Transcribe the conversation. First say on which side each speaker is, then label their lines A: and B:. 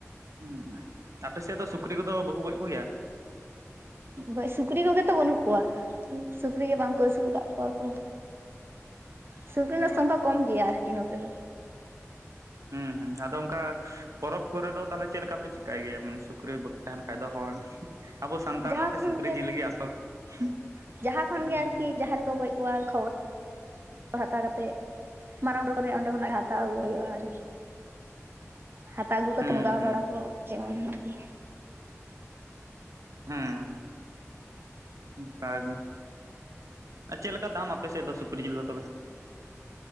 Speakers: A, on the right; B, on the right.
A: ᱦᱩᱸ, ᱟᱯᱮ ᱥᱮᱫ ᱫᱚ ᱥᱩᱠᱨᱤ ᱠᱚᱫᱚ ᱵᱟᱠᱚ ᱜᱚᱡ ᱠᱚᱜᱮᱭᱟ?
B: ᱜᱚᱡ, ‌ᱥᱩᱠᱨᱤ ᱠᱚᱜᱮ ᱛᱚ ᱵᱟᱹᱱᱩᱜ ᱠᱚᱣᱟ ᱥᱩᱠᱨᱤ ᱜᱮ ᱵᱟᱝ ᱠᱚ ᱟᱹᱥᱩᱞ ᱠᱟᱜ ᱠᱚᱣᱟ ᱠᱚ᱾ ᱥᱩᱠᱨᱤ
A: ᱚ
B: ᱨᱮᱱᱟᱜ ᱥᱚᱝᱠᱷᱟ ᱠᱚᱢ ᱜᱮᱭᱟ ᱟᱨᱠᱤ ᱱᱚᱛᱮ ᱫᱚ᱾
A: ᱦᱩᱸ ᱦᱩᱸ ᱟᱫᱚ ᱚᱱᱠᱟ ᱯᱚᱨᱚᱵᱽ ᱠᱚᱨᱮ ᱫᱚ ᱛᱟᱦᱚᱞᱮ ᱪᱮᱫ ᱞᱮᱠᱟ ᱯᱮ ᱪᱤᱠᱟᱭ ᱜᱮᱭᱟ ᱥᱩᱠᱨᱤ ᱵᱟᱠᱩ ᱛᱟᱦᱮᱸᱱ ᱠᱷᱟᱡ ᱫᱚ ᱦᱚᱲ ᱟᱵᱚ ᱥᱟᱱᱛᱟᱲ
B: ᱡᱟᱦᱟᱸ
A: ᱢᱚᱛᱮ
B: ᱠᱷᱚᱱ
A: ᱥᱩᱠᱨᱤ ᱡᱤᱞ ᱜᱮ ᱟᱥᱚᱞ <unintelligible>
B: ᱡᱟᱦᱟᱸ ᱠᱷᱚᱱ ᱜᱮ ᱟᱨᱠᱤ ᱡᱟᱦᱟᱸ ᱨᱮᱠᱚ ᱜᱚᱡ ᱠᱚᱣᱟ, ᱠᱷᱚᱵᱚᱨ ᱦᱟᱛᱟᱣ ᱠᱟᱛᱮᱫ ᱢᱟᱨᱟᱝ ᱯᱚᱨᱚᱵ ᱚᱸᱰᱮ ᱠᱷᱚᱱᱟᱜ ᱜᱮ ᱦᱟ ᱦᱟᱛᱟᱣ ᱟᱹᱜᱩ ᱦᱩᱭᱩᱜᱼᱟ ᱟᱨᱠᱤ, ᱦᱟᱛᱟᱣ ᱟᱹᱜᱩ ᱠᱟᱛᱮ
A: ᱦᱩᱸ
B: ᱵᱚᱸᱜᱟ ᱵᱟᱲᱟ ᱠᱚ ᱡᱮᱢᱚᱱ ᱟᱨᱠᱤ᱾
A: ᱦᱩᱸ, ᱚᱱᱠᱟᱜ ᱜᱮ᱾ ᱟᱨ ᱪᱮᱫ ᱞᱮᱠᱟ ᱫᱟᱢ ᱟᱯᱮ ᱥᱮᱫ ᱫᱚ ᱥᱩᱠᱨᱤ ᱡᱤᱞ ᱫᱚ ᱛᱚᱵᱮ?